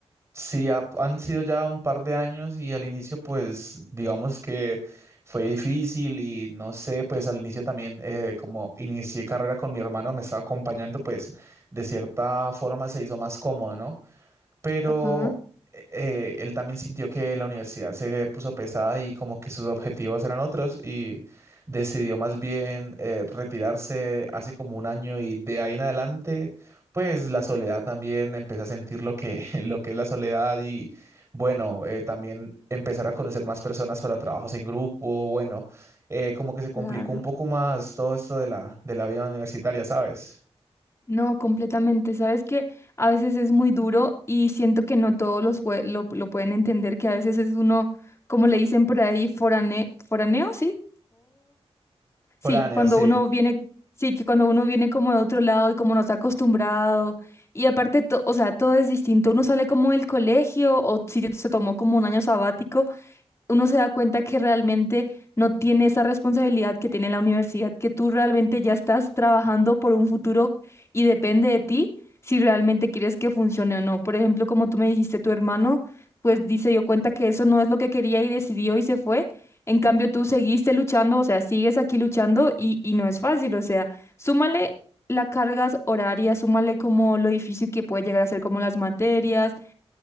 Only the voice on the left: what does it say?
ajá,
claro.
No, completamente. Sabes que a veces es muy duro y siento que no todos los pue- lo, lo pueden entender, que a veces es uno, como le dicen por ahí, forane, foraneo, ¿sí? Sí,
cuando
uno viene, sí, que cuando uno viene como de otro lado y como no está acostumbrado, y aparte, to- o sea, todo es distinto. Uno sale como del colegio o si se tomó como un año sabático, uno se da cuenta que realmente no tiene esa responsabilidad que tiene la universidad, que tú realmente ya estás trabajando por un futuro y depende de ti si realmente quieres que funcione o no. Por ejemplo, como tú me dijiste, tu hermano, pues di- se dio cuenta que eso no es lo que quería y decidió y se fue. En cambio, tú seguiste luchando, o sea, sigues aquí luchando y, y no es fácil, o sea, súmale. las cargas horarias, súmale como lo difícil que puede llegar a ser como las materias,